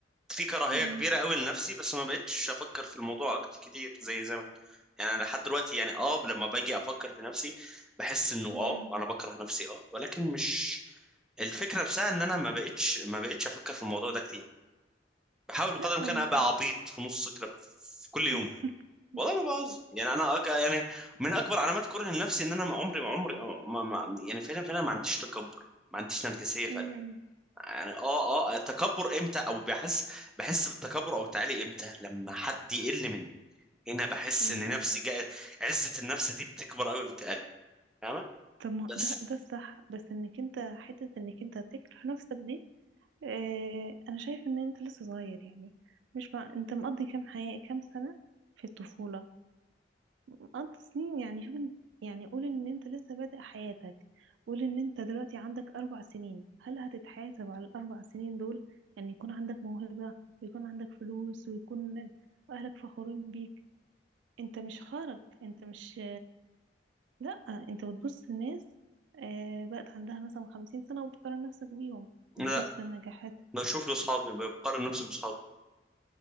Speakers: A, in the centre; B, on the right (about 85°).
A: في كراهية
B: امم
A: كبيرة قوي لنفسي بس ما بقتش افكر في الموضوع اكتر كتير زي زمان يعني انا لحد دلوقتي يعني اه لما باجي افكر في نفسي بحس انه اه
B: امم
A: انا بكره نفسي اه ولكن مش الفكرة نفسها ان انا ما بقتش ما بقتش افكر في الموضوع ده كتير بحاول بقدر
B: لا
A: الامكان
B: وال...
A: ابقى عبيط في نص كده في كل يوم
B: <laughs>
A: والله ما بهزر يعني انا أك... يعني من اكبر علامات كره لنفسي ان انا ما عمري ما عمري ما... ما... يعني فعلا فعلا ما عنديش تكبر ما عنديش نرجسية
B: امم
A: فعلا
B: امم
A: يعني اه اه تكبر امتى او بحس بحس بالتكبر او التعالي امتى لما حد يقل مني هنا بحس
B: إمم،
A: ان نفسي
B: إمم.
A: جاي عزة النفس دي بتكبر قوي في قلبي فاهمة
B: طب ما
A: بس
B: ده ده الصح بس انك انت حتة انك انت تكره نفسك دي آه، انا شايف ان انت لسه صغير يعني مش مع... انت مقضي كام حياة كام سنة في الطفولة مقضي سنين يعني شوف إن- يعني قول ان انت لسه بادئ حياتك قول ان انت دلوقتي عندك اربع سنين هل هتتحاسب على الاربع سنين دول ان يكون عندك موهبة ويكون عندك فلوس ويكون اهلك فخورين بيك انت مش خارج انت مش لا انت بتبص لناس آه، بقت عندها مثلا خمسين سنة وبتقارن نفسك بيهم
A: لا
B: بتبص لنجاحات
A: بشوف لاصحابي بقارن نفسي باصحابي